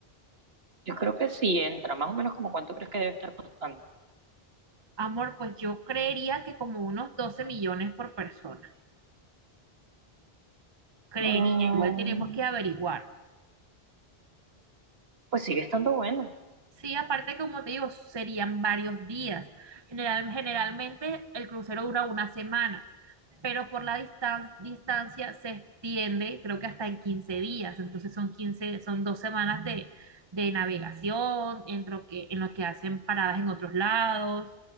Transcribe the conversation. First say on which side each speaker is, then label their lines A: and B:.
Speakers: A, on the right; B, on the right.
A: Yo creo que sí entra, más o menos como cuánto crees que debe estar costando.
B: Amor, pues yo creería que como unos 12 millones por persona. Creería,
A: Mm,
B: igual tenemos que averiguar.
A: pues sigue estando bueno.
B: Sí, aparte como te digo, serían varios días. General- generalmente el crucero dura una semana. pero por la distan- distancia se extiende, creo que hasta en 15 días, entonces son quince son dos semanas de, de navegación, en lo que, en lo que hacen paradas en otros lados,